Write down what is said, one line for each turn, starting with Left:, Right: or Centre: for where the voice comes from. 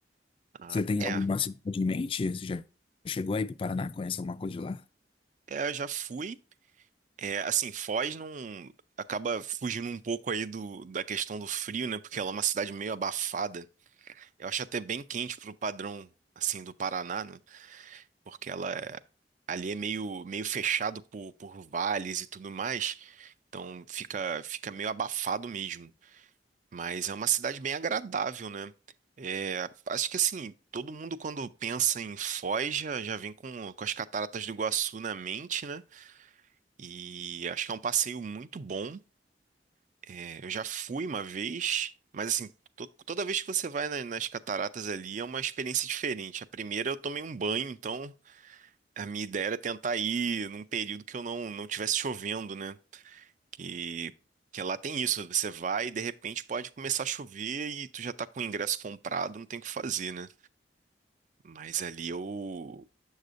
Right: Ah,
Left: Você tem
Right: é.
Left: alguma cidade em mente? Você já chegou aí para o Paraná? Conhece alguma coisa de lá?
Right: É, eu já fui. É, assim, Foz não acaba fugindo um pouco aí do, da questão do frio, né? Porque ela é uma cidade meio abafada. Eu acho até bem quente pro padrão, assim, do Paraná, né? Porque ela é, ali é meio, meio fechado por, por vales e tudo mais. Então fica, fica meio abafado mesmo. Mas é uma cidade bem agradável, né? É, acho que assim, todo mundo quando pensa em Foz já, já vem com, com as cataratas do Iguaçu na mente, né? E acho que é um passeio muito bom. É, eu já fui uma vez, mas assim, to- toda vez que você vai na- nas cataratas ali é uma experiência diferente. A primeira eu tomei um banho, então a minha ideia era tentar ir num período que eu não não tivesse chovendo, né? Que que lá tem isso, você vai e de repente pode começar a chover e tu já tá com o ingresso comprado, não tem o que fazer, né? Mas ali eu